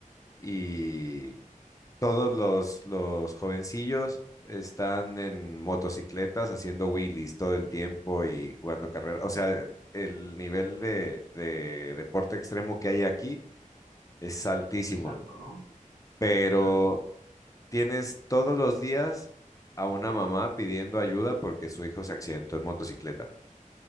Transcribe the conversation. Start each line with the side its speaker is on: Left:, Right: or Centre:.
Left: y todos los, los jovencillos están en motocicletas haciendo wheelies todo el tiempo y jugando carreras. O sea, el nivel de, de deporte extremo que hay aquí es altísimo,
Right: Es alto, ¿no?
Left: pero
Right: Claro.
Left: tienes todos los días a una mamá pidiendo ayuda porque su hijo se accidentó en motocicleta.